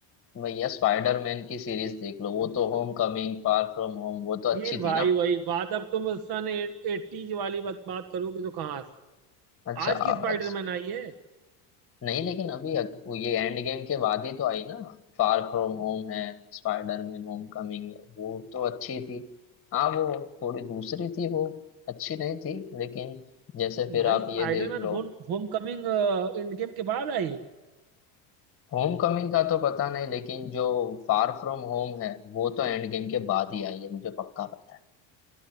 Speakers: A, on the left; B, on the right.
A: भैया स्पाइडरमैन की सीरीज देख लो वो तो Homecoming far from home वो तो
B: फिर
A: अच्छी
B: भाई
A: थी ना
B: वही बात अब तुम सन एटीज वाली बात बात करोगे तो कहाँ से
A: अच्छा
B: आज
A: अच्छा
B: की स्पाइडरमैन आई है
A: नहीं लेकिन अभी अग, वो ये एंड गेम के बाद ही तो आई ना फार फ्रॉम होम है स्पाइडरमैन होम कमिंग है वो तो अच्छी थी हाँ वो थोड़ी दूसरी थी वो अच्छी नहीं थी लेकिन जैसे फिर
B: भाई
A: आप
B: Spiderman
A: ये देख लो
B: home homecoming end game के बाद आई है
A: होम कमिंग का तो पता नहीं लेकिन जो फार फ्रॉम होम है वो तो एंड गेम के बाद ही आई है मुझे पक्का पता है